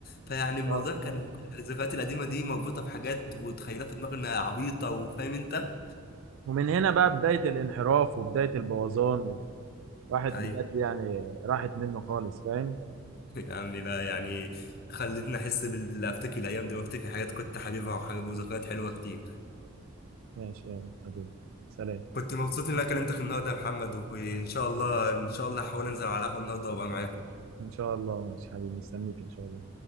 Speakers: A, on the left; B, on the right.
A: فيعني الموضوع
B: اه
A: كان الذكريات القديمه دي مربوطه بحاجات وتخيلات في دماغنا عبيطه وفاهم انت
B: ومن هنا بقى بداية الانحراف وبداية البوظان وواحد
A: ايوه
B: بجد يعني راحت منه خالص فاهم
A: يعني بقى يعني خلتني احس بال افتكر الايام دي وافتكر حاجات كنت حبيبها وحاجات وذكريات حلوه كتير
B: ماشي يلا حبيبي سلام
A: كنت مبسوط ان انا كلمتك النهارده يا محمد وان شاء الله ان شاء الله هحاول انزل على القهوه النهارده وابقى معاك
B: ان شاء الله ماشي حبيبي مستنيك ان شاء الله